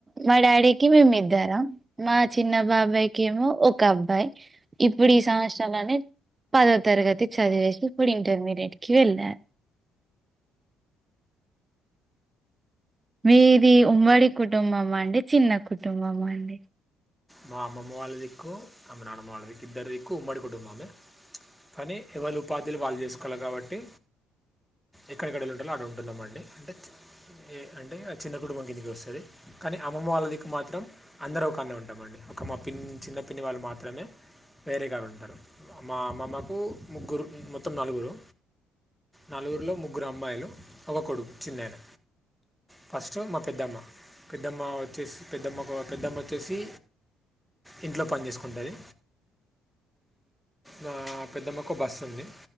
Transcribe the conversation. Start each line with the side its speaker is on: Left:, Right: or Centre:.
Right: మా డాడీకి మేము ఇద్దరం మా చిన్న బాబాయ్ కెమో ఒక అబ్బాయి ఇప్పుడు ఈ సంవత్సరంలో అనే పదో తరగతి చదివేసి ఇప్పుడు ఇంటర్మీడియట్ కి వెళ్ళాడు మీది ఉమ్మడి కుటుంబం అండి చిన్న కుటుంబం అండి
Centre: మా అమ్మమ్మ వాళ్ళ దిక్కు మా నాన్నమ్మ వాళ్ల దిక్కు ఇద్దరి దిక్కు ఉమ్మడి కుటుంబమే కాన ఎవలీ ఉపాధి లు వాళ్ళు చేసుకోవాలి కాబట్టి ఎక్కడెక్కడ ఉంటాలో అడ ఉంటున్నాంమండి అంటే ఏ అంటే ఆ చిన్న కుటుంబం కిందికి వస్తుంది కానీ అమ్మమ్మ వాళ్ళ దిక్కు మాత్రం అందర ఒక కనే ఉంటాం ఉట్టమండి ఒక మా పిన్ని చిన్న పిన్ని వాళ్ళు మాత్రమే వేరే కడ ఉంటారు మా అమ్మమ్మకు ముగ్గురు మొత్తం నలుగురు నలుగురులో ముగ్గురు అమ్మాయిలు ఒక కొడుకు చిన్నయన ఫస్ట్ మా పెద్దమ్మ పెద్దమ్మ వచ్చేసి పెద్దమ్మకు పెద్దమ్మ వచ్చేసి ఇంట్లో పని చేసుకుంటుంది ఉ ఆ పెద్దమ్మకు బస్సు ఉంది